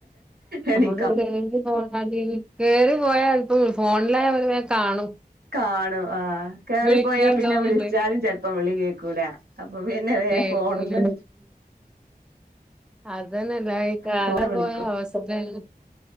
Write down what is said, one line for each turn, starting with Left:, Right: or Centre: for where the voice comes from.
Right: എണി
Centre: <unintelligible> കേറി പോയാ <unintelligible> ഫോണിലായാ ഓല് വേം കാണും.
Right: കാണും ആഹ്. കേറിപ്പോയാ
Centre: വിളിക്ക്ണ്ടാവുന്നുണ്ട്
Right: പിന്നെ വിളിച്ചാലും ചെലപ്പം വിളി കേക്കൂല. അപ്പൊ പിന്നെ വേം
Centre: കേക്കൂല
Right: ഫോണ്ന്ന്,
Centre: അതന്നെല്ല ഈ കാലം
Right: ഫോണ് വിളിക്കും
Centre: പോയ അവസ്ത്തേണ്